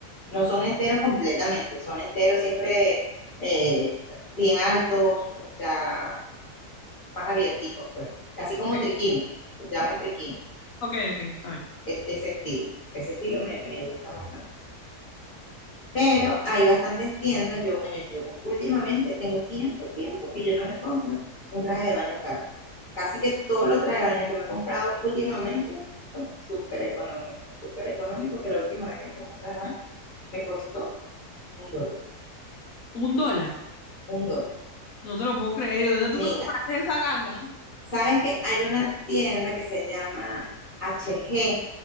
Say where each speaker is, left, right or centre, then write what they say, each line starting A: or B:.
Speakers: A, on the left; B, on the left.
A: No son enteros completamente, son enteros siempre eh, bien altos, o sea, más abierticos, pues. Así como
B: Ok,
A: triquini, se llaman triquini,
B: ok, ok, está bien.
A: e- ese estilo. Ese estilo me, me gusta bastante. Pero hay bastantes tiendas, yo, bueno, yo últimamente tengo tiempo, tiempo que yo no me compro un traje de baño caro. Casi que todos los trajes de baño que me he comprado últimamente son súper económicos, súper económicos, que la última vez que me compré un traje de baño me costó un dólar,
B: Un dólar.
A: un dólar.
B: No te lo puedo creer. ¿Y dónde tú
A: Mira,
B: te compraste esa ganga?
A: Sabes que hay una tienda que se llama HG,